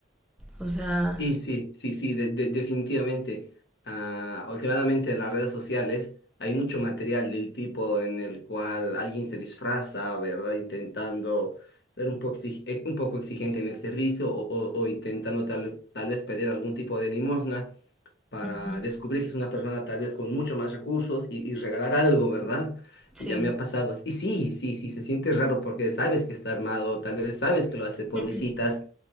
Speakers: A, in the centre; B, on the left.
A: o sea,
B: Y sí, sí, sí, de- de- definitivamente. Ah, últimamente en las redes sociales hay mucho material del tipo en el cual alguien se disfraza, ¿verdad? Intentando ser un poco, exig- eh, un poco exigente en el servicio o, o- o intentando tal, tal vez pedir algún tipo de limosna para
A: ujú,
B: descubrir que es una persona tal vez con mucho más recursos y, y regalar algo, ¿verdad?
A: sí.
B: Ya me ha pasado. Y sí, sí, sí, se siente raro porque sabes que está armado, tal vez sabes que lo hace por
A: ujú.
B: visitas